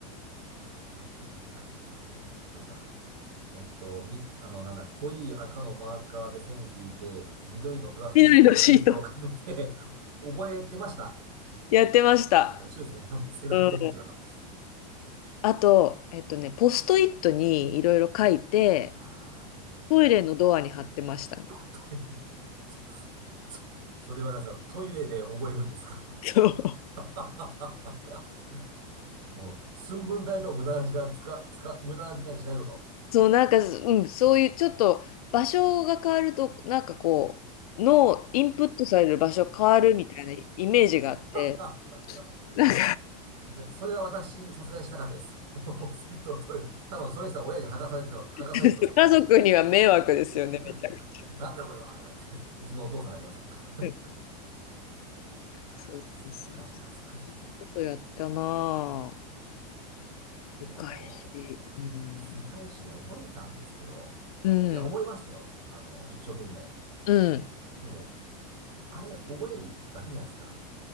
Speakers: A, on the right; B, on the left.
A: ああ、やったやった。あの、なんだ。えっと、み、あの、なんだ、濃い赤のマーカーで線引いて、緑のプラスチックのシートをかけて
B: 緑のシート。
A: <laughs> 覚えてました。
B: やってました。
A: やっぱ一緒ですね。あの世代的には。
B: うん。あと、えっとね、ポストイットにいろいろ書いて、
A: ああ、ありましたね。
B: トイレのドアに貼ってましたね。
A: <laughs> トイレそ、そそれはなんですか、トイレで覚えるんですか
B: そう。
A: <laughs> もう、寸分たりとも無駄な時間つか、つか、無駄な時間にしないぞと。
B: そう、なんか、うん、そういうちょっと場所が変わると、なんかこう、脳、インプットされる場所変わるみたいなイメージがあって、
A: <laughs> あ
B: なんか
A: すいません。それは私、さすがにしなかったです。<laughs> 防水とトトイレ、多分それしたら親に剥がされてた、剥がされてたと思うんです、
B: <laughs> 家族には迷惑ですよね、
A: きっと。<laughs>
B: めちゃくち
A: なんだこれはとか言って、うちのお父さんが言いますけど。<laughs>
B: ゃ。
A: はい、
B: そうそうそう。
A: 世界史懐かしいな。
B: ことやったなぁ。でか返し。
A: いや、あのー世界史ね、
B: うん。
A: 覚えたんですけど、
B: うん。
A: いや、覚えましたよ。あの、一生懸命。
B: うん。
A: でも、あれ、覚えるだけじゃないですか。